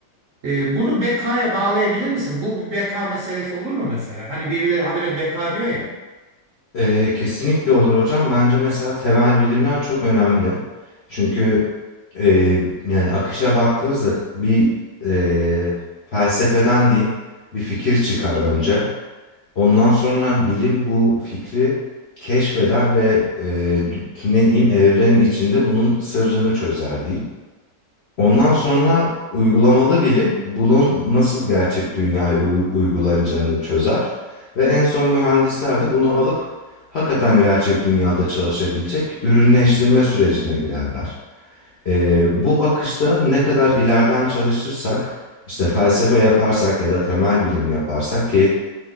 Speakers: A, on the right (about 60°); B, on the left (about 55°).
A: E, bunu BK'ya bağlayabilir misin? Bu bir BK meselesi olur mu mesela? Hani birileri habire BK diyor ya.
B: Ee, kesinlikle olur hocam. Bence mesela temel bilimler çok önemli. Çünkü e, yani akışa baktığınızda bir e, felsefeden diyeyim bir fikir çıkar önce. Ondan sonra bilim bu fikri keşfeder ve e, dü- ne diyeyim evrenin içinde bunun sırrını çözer diyeyim. Ondan sonra uygulamalı bilim bunun nasıl gerçek dünyaya u- uygulanacağını çözer ve en son mühendisler de bunu alıp hakikaten gerçek dünyada çalışabilecek ürünleştirme sürecine girerler. Ee, bu akışta ne kadar ileriden çalışırsak, işte felsefe yaparsak ya da temel bilim yaparsak ki